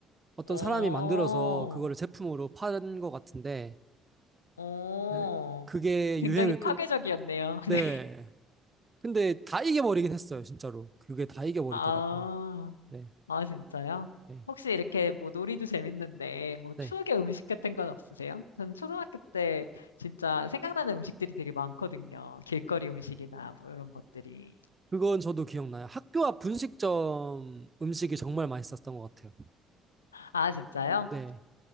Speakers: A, on the right; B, on the left.
A: 어떤
B: 어,
A: 사람이 만들어서 그거를 제품으로 파는 것 같은데
B: 어.
A: 네, 그게
B: 굉장히
A: 유행을
B: 파괴적이었네요.
A: 끈.
B: <laughs>
A: 네.
B: 네.
A: 근데 다 이겨버리긴 했어요, 진짜로. 그게 다 이겨버리더라고요.
B: 아,
A: 네,
B: 아, 진짜요?
A: 네,
B: 혹시 이렇게 뭐 놀이도 재밌는데 뭐
A: 네.
B: 추억의 음식 같은 건 없으세요? 전 초등학교 때 진짜 생각나는 음식들이 되게 많거든요. 길거리 음식이나 뭐 이런 것들이.
A: 그건 저도 기억나요. 학교 앞 분식점 음식이 정말 맛있었던 것 같아요.
B: 아, 진짜요?
A: 네.